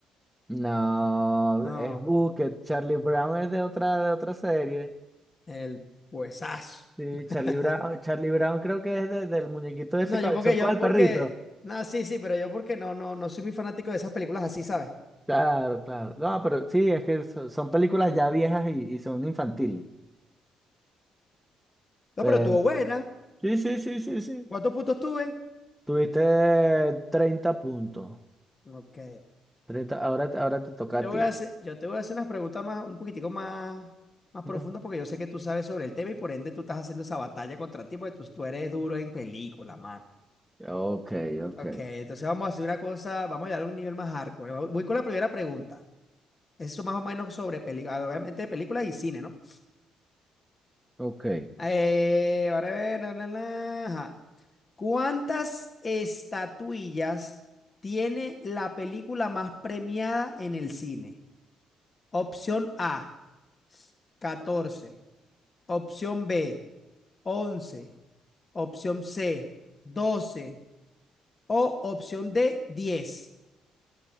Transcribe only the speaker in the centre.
No,
es Bucket. Charlie Brown es de otra, de otra serie.
Sí,
Charlie Brown, Charlie Brown creo que es de- del muñequito de
ese cabezón
con
el
perrito.
Claro, claro. No, pero sí, es que so- son películas ya viejas y, y son infantiles.
Pero-
sí, sí, sí, sí, sí.
Tuviste treinta puntos.
30. ahora, ahora te toca a
ti.
Ujú.
Ok, ok,
ok.